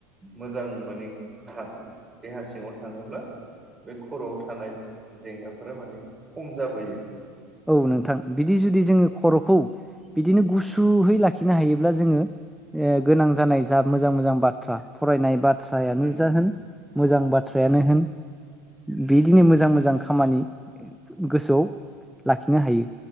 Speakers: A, on the right; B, in the centre.
A: मोजां माने थाग देहा सिङाव थाङोब्ला बे खर'आव थानाय जेंनाफोरा माने खम जाबोयो।
B: औ नोंथां बिदि जुदि जोङो खर'खौ बिदिनो गुसुयै लाखिनो हायोब्ला जोङो ए गोनां जानाय जा मोजां - मोजां बाथ्रा फरायनाय बा बाथ्रायानो
A: नंगौ
B: जा होन मोजां बाथ्रायानो होन बिदिनो
A: नंगौ
B: मोजां - मोजां खामानि गोसोआव लाखिनो हायो